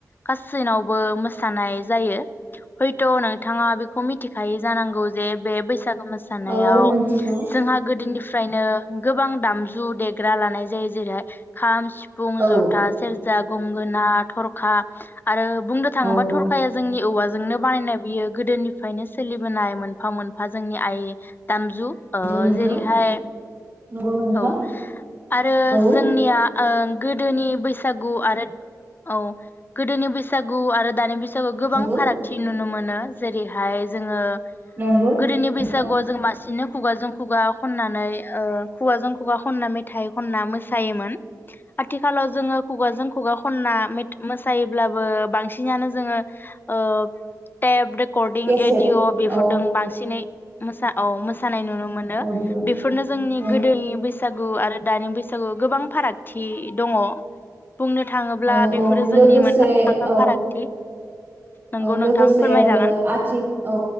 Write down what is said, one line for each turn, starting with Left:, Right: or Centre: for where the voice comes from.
Left: गासैनावबो मोसानाय जायो हयथ नोंथाङा बेखौ मिथिखायो जानांगौ जे बे बैसाग मोसानायाव
Right: औ मिथिगौ
Left: जोंहा गोदोनिफ्राय फ्रायनो गोबां दामजु देग ग्रा लानाय जायो जेरैहाय खाम सिफुं
Right: औ
Left: जथा सेरजा गंगोना थरखा आरो बुंनो थाङोब्ला
Right: औ
Left: थरखाया जोंनि औवाजों नो बानायनाय बियो गोदोनिफायनो सोलिबोनाय मोनफा मोनफा जोंनि आइ दामजु
Right: नंगौ
Left: ओ
Right: नोंथां
Left: जेरैहाय
Right: नंगौ नोंथां
Left: औ आरो
Right: औ
Left: जोंनिया ओ गोदोनि बैसागु आरो औ गोदोनि बैसागु आरो दानि बैसा थेवबो गोबां
Right: नंगौ
Left: फारागथि नुनो मोनो मोनो जेरैहाय जोङो
Right: नंगौ
Left: गोदोनि
Right: नोंथां
Left: बैसागुआव जों मासिनो खुगाजों खुगा खननानै ओ खुगाजों खुगा खनना मेथा मेथाइ खनना मोसायोमोन आथिखालाव जोङो खुगाजों खुगा खनना मेथ मोस सायोब्लाबो बांसिनानो जोङो ओ टेप रेकर्डिं
Right: केसेट
Left: एडिअ बेफोरदों
Right: औ
Left: बांसिनै मोसा औ मोसानाय नुनो मोनो
Right: अडिअ'
Left: बेफोरनो जोंनि
Right: औ
Left: गोदोनि बैसा बैसागु आरो दानि बैसागु गोबां फारागथि दङ बुंनो थाङोब्ला
Right: औ
Left: बेफोरो
Right: औ
Left: जोंनि
Right: लोगोसे
Left: मोनफा मोनफा
Right: औ
Left: फारागथि नंगौ
Right: औ लोगोसे
Left: नोंथां फोरमायजागोन
Right: आरो आथि औ